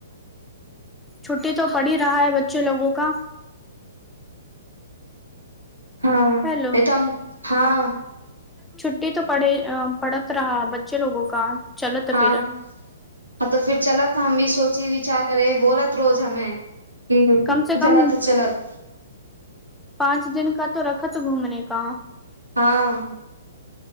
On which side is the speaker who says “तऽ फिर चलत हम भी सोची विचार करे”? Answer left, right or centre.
Right